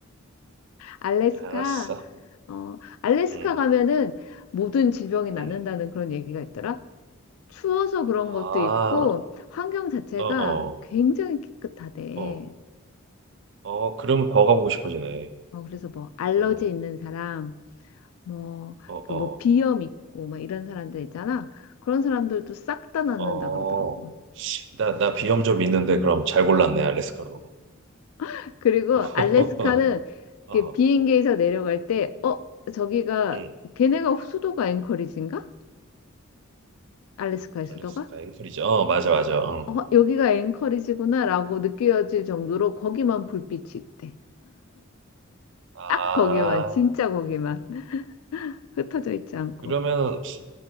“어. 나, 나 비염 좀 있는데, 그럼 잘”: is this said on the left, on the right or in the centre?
Right